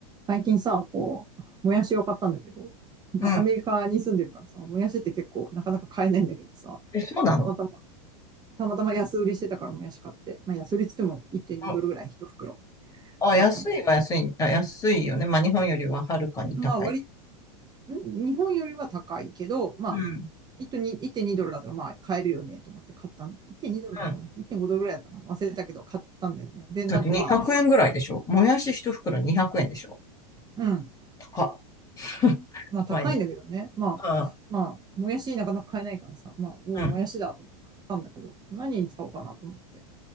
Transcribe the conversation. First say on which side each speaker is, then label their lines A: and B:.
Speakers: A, on the right; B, on the left.
A: 最近さ、こう、もやしを買ったんだけど、まあ、
B: うん。
A: アメリカに住んでるからさ、もやしって結構なかなか買えないんだけどさ、
B: え、そうなの
A: たまたま、たまたま安売りしてたからもやし買って、まあ、安売りっつっても1.2ドルぐらい1袋
B: うんあ安いは安い。
A: だったんだ。
B: あ、安いよね。まあ、日本よりははるかに高いけ
A: まあ、割り、ん日本よりは高いけど、まあ、
B: ど。うん。
A: 1.2 1.2ドルだったらまあ買えるよねと思って買ったん。1.2ドルだったかな
B: うん。
A: ?1.5 ドルぐらいだったかな忘れたけど買ったんだよね。で、
B: だって200円ぐらいでしょもやし一袋200円でしょ
A: なんかまあ、うん。
B: 高っ。<laughs>
A: まあ高いんだけどね。
B: まあいいや。
A: まあ、
B: うん。
A: まあ、もやしなかなか買えないからさ、まあ、おうもやしだと思って買ったんだけど、
B: うん。
A: 何に使おうかなと思って。